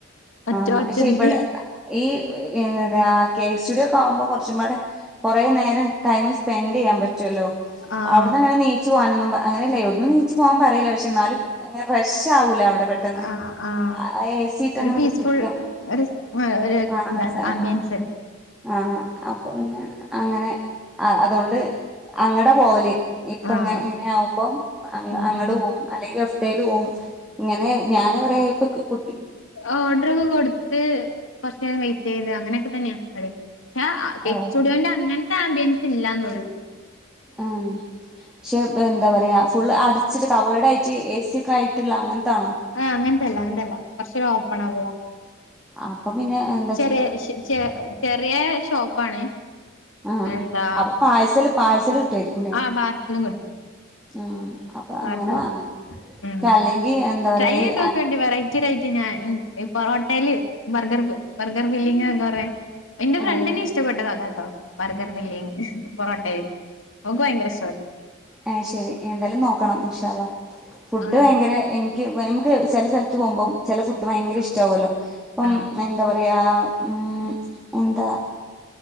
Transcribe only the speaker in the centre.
ആഹ്
പക്ഷെ ഇവടെ ഈ എന്താ കേ സ്റ്റുഡിയോ ഒക്കെ ആവുമ്പോ കൊറച്ചും പാടെ. കൊറേ നേരം ടൈം സ്പെൻഡ് ചെയ്യാൻ പ റ്റൊല്ലോ,
അവിടുന്ന് അങ്ങനെ നീച്ചു പോകാനന്നും പ അങ്ങനെയല്ല എവിടന്നും നീച്ചു പോകാൻ പറില്ല. പക്ഷെ ന്നാലും. ങ്ങനെ റഷ് ആവൂല അവിടെ. പെട്ടെന്ന്
ആ എ സി ഇട്ട്
അങ്ങനെ
കുത്തിരിക്കാം
ആഹ്
ആഹ് സ
ആഹ്
ആഹ്, അപ്പൊ പിന്നെ അങ്ങനെ അ അതോണ്ട് അങ്ങട പോവല്. ഇപ്പങ്ങ
ഇങ്ങനെ ആകുമ്പം അൻ
അങ്ങട്ട്
പോവും.. അല്ലെങ്കിൽ അഫ്ഡേൽ പോവും. ഇങ്ങനെ ഞാന് പറയാ ഇപ്പൊ ക്ക് കുട്ടി.
ഓ
ആഹ്, ക്ഷെ എന്താ പറയാ ഫുള്ള് അടിച്ചിട്ട് കവേഡ് ആയി റ്റ് എ സി ഒക്കായിട്ടുള്ള അങ്ങൻത്താണോ?
അപ്പൊ പിന്നെ എന്താ
ചൂടെടുക്കും
ആഹ്,
അപ്പൊ പാഴ്സല് പാഴ്സല് കിട്ടായിരിക്കും ല്ലേ.
ആഹ് അപ്പൊ
അങ്ങനെ വാങ്ങാം
അല്ലെങ്കിൽ എന്താ പറയാ
ഈ
ആഹ്
അത് ശരി എന്തായാലും നോക്കണം ഇൻഷാ അള്ളാഹ് ഫുഡ്
ഭയങ്കര എൻ എക്ക് നമുക്ക് ചെല സ്ഥലത്ത് പോകുമ്പം ചെല ഫുഡ് ഭയങ്കര ഇഷ്ടാവൊല്ലോ. ഇപ്പം
എന്താ പറയാ ഉം, എന്താ